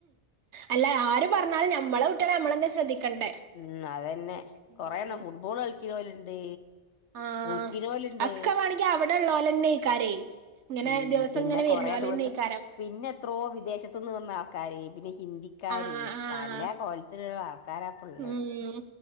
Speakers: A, on the right; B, on the left.
A: അല്ല ആര് പറഞ്ഞാലും ഞമ്മളെ കുട്ടികളെ അമ്മളന്നെ ശ്രദ്ധിക്കണ്ടേ.
B: ഉം അതന്നെ
A: ഉം
B: കൊറേയെണ്ണം ഫുട്ബോൾ കളിക്കണോലുണ്ട്.
A: ആഹ്
B: കുളിക്കണോലുണ്ട്
A: അക്കെ വേണോങ്കി അവിടെള്ളോലന്നേക്കാരേ. ഇങ്ങനെ
B: ഉം
A: ദിവസം
B: പിന്നെ
A: ഇങ്ങനെ
B: കൊറേ
A: വരുന്നോലന്നേക്കാരം.
B: ദൂരത്ത് പിന്നെ എത്രോ വിദേശത്ത്ന്ന് വന്ന ആൾക്കാര് പിന്നെ ഹിന്ദിക്കാര്
A: ആഹ് ആഹ്
B: പല കോലത്തിലുള്ള ആൾക്കാരാപ്പുള്ളത്.
A: ഉം